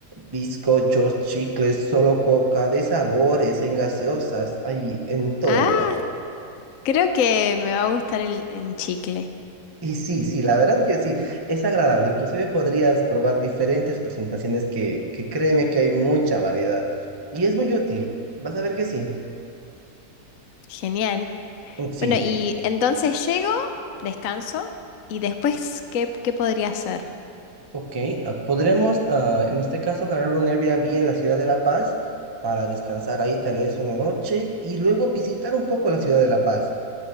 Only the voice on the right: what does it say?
bizcochos, chicles, solo coca, de sabores, en gaseosas, ahí en todo
lugar.
Y sí, sí, la verdad que sí, es agradable. Inclusive podrías probar diferentes presentaciones que, que créeme que hay mucha variedad y es muy útil. Vas a ver que sí,
sí.
Ok, ah, podremos ah, en este caso ganar un Airbnb en la ciudad de La Paz para descansar ahí tal vez una noche y luego visitar un poco la ciudad de La Paz.